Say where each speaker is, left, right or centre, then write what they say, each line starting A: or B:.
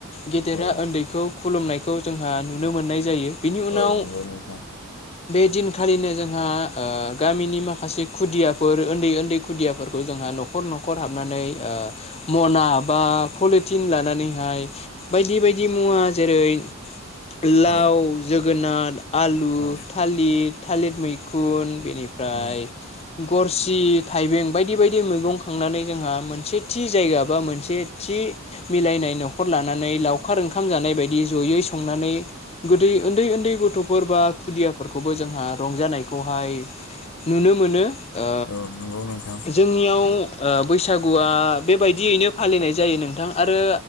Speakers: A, on the left (about 30°); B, on the left (about 85°).
A: गेदेरा
B: औ
A: उन्दैखौ खुलुमनाय जोंहा नुनो मोननाय जायो उनाव
B: औ नंगौ नोंथां।
A: बे दिनखालिनो जोंहा ओ गामिनि माखासे खुदियाफोर ओन्दै ओन्दै खुदियाफोरखौ जों न'खर न'खर हाबनानै ओ म'ना बा फलिट थिन लानानैहाय बायदि बायदि मुवा जेरै लाव,
B: औ
A: जोगोनार, आलु,
B: औ
A: थालिर, थालिर मैखुन बेनिफ्राय
B: औ
A: फ्राय गरसि, थाइबेंबायदि बायदि मैगं खांनानै जोंहा मोनसे थि जायगा बा मोनसे थि मिलायनाय न'खर लानानै लावखार ओंखाम जानाय बायदि जयै संनानै गोदै उन्दै उन्दै गथ'फोर बा खुदियाफोरखौबो जोंहा रंजानायखौहाय नुनो मोनो ओ
B: नंगौ नोंथां
A: जोंनियाव ओ बैसागुआ बेबायदियैनो फालिनाय जायो नोंथां। आरो